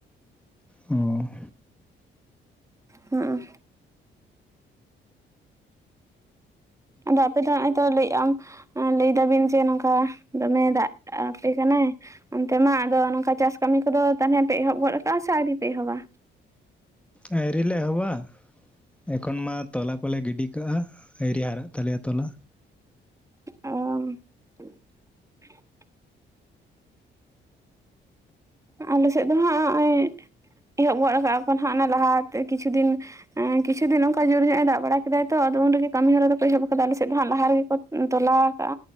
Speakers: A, in the centre; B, on the right (about 15°).
A: ᱩᱸ
B: ᱦᱩᱸ ᱫᱟᱜ ᱛᱮᱫᱚ ᱱᱚᱜᱼᱚᱭ ᱛᱚ ᱞᱟᱹᱭᱮᱜ ᱟᱢ ᱞᱟᱹᱭ ᱫᱟᱵᱤᱱ ᱡᱮ ᱱᱚᱝᱠᱟ ᱫᱚᱢᱮ ᱫᱟᱜ ᱟᱯᱮ ᱠᱟᱱᱟᱭ᱾ ᱚᱱᱛᱮ ᱢᱟ ᱟᱫᱚ ᱱᱚᱝᱠᱟ ᱪᱟᱥ ᱠᱟᱹᱢᱤ ᱠᱚᱫᱚ ᱛᱟᱦᱚᱞᱮ ᱯᱮ ᱮᱦᱚᱵ ᱜᱚᱫ ᱠᱟᱜᱼᱟ ᱥᱮ ᱟᱹᱣᱨᱤ ᱯᱮ ᱮᱦᱚᱵᱟ?
A: ᱟ. ᱣᱨᱤ ᱞᱮ ᱮᱦᱚᱵᱟ᱾ ᱮᱠᱷᱚᱱ ᱢᱟ ᱛᱚᱞᱟ ᱠᱚᱞᱮ ᱜᱤᱰᱤ ᱠᱟᱜᱼᱟ ᱟ. ᱣᱨᱤ ᱦᱟᱨᱟᱜ ᱛᱟᱞᱮᱭᱟ ᱛᱚᱞᱟ᱾
B: ᱚᱻ ᱟᱞᱮ ᱥᱮᱫ ᱫᱚ ᱦᱟᱸᱜ ᱱᱚᱜᱚᱭ ᱮᱦᱚᱵ ᱜᱚᱫ ᱟᱠᱟᱜ ᱠᱚᱣᱟ ᱠᱚ ᱚᱱᱮ ᱞᱟᱦᱟᱛᱮ ᱠᱤᱪᱷᱩ ᱫᱤᱱ ᱮᱸ ᱠᱤᱪᱷᱩ ᱫᱤᱱ ᱱᱚᱝᱠᱟ ᱡᱳᱨ ᱧᱚᱜ ᱮ ᱫᱟᱜ ᱵᱟᱲᱟ ᱠᱮᱫᱟ ᱛᱚ ᱟᱫᱚ ᱩᱱ ᱨᱮᱜᱮ ᱠᱟᱹᱢᱤ ᱦᱚᱨᱟ ᱫᱚᱠᱚ ᱮᱦᱚᱵ ᱟᱠᱟᱫᱟ ᱟᱞᱮ ᱥᱮᱫ ᱫᱚ ᱦᱟᱜ ᱞᱟᱦᱟ ᱨᱮᱜᱮ ᱠᱚ ᱛᱚᱞᱟ ᱟᱠᱟᱜᱼᱟ